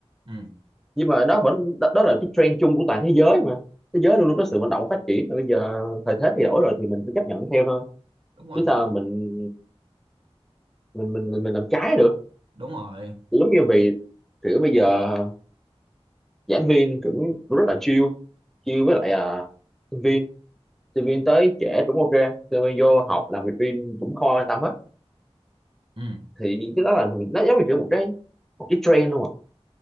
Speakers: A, on the right; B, in the centre.
A: ừ
B: nhưng mà nó vẫn đó, đó là cái trend chung của toàn thế giới mà thế giới luôn luôn có sự vận động và phát triển mà bây giờ thời thế thay đổi rồi thì mình phải chấp nhận theo thôi
A: đúng rồi
B: chứ
A: mày
B: sao mình mình mình mình làm trái được
A: đúng rồi
B: Thì giống như vì kiểu bây giờ giảng viên cũng cũng rất là chill chill với lại à, sinh viên sinh viên tới trễ cũng ok sinh viên vô học làm việc riêng cũng không ai quan tâm hết
A: ừ
B: thì cái đó là mình nó giống như kiểu một cái một cái trend luôn à